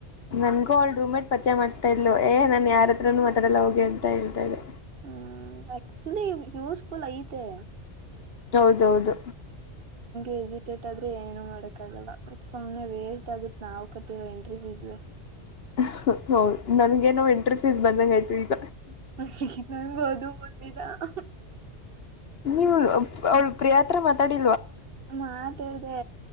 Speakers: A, on the left (about 60°); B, on the right (about 55°).
A: ನನ್ಗು ಅವ್ಳ್ ರೂಮ್ ಮೇಟ್ ಪರ್ಚಯ ಮಾಡ್ಸ್ ತಯಿದ್ಳು ಏ ನಾನ್ ಯಾರತ್ರನು ಮಾತಡಲ್ಲ ಹೋಗೆ ಅಂತ ಹೇಳ್ತಾಇದ್ದೆ.
B: ಹ್ಮೂ ಆಕ್ಚ್ಯುಲ್ಲಿ ಯೂಸ್ಫುಲ್ ಐತೆ
A: ಹೌದು ಹೌದು.
B: ಹೆಸಿಟೇಟ್ ಆದ್ರೆ ಏನು ಮಾಡಕ್ಕಾಗಲ್ಲ ಮತ್ ಸುಮ್ನೆ ವೇಸ್ಟ್ ಆಗತ್ ನಾವ್ ಕಟ್ಟಿರೋ ಎಂಟ್ರಿ ಫೀಸು
A: <unintelligible> ಹೌದ್ ನನ್ಗ್ ಏನೋ ಎಂಟ್ರಿ ಫೀಸ್ ಬಂದಂಗ್ ಆಯ್ತು ಈಗ.
B: <unintelligible> ನನ್ಗೂ ಅದೂ ಬ ಬೀಗ <unintelligible>
A: ನೀವುಳ್ ಅವ್ಳ್ ಪ್ರಿಯಾ ಹತ್ರ ಮಾತಾಡಿ
B: ಮಾತಾಡ್ದೇ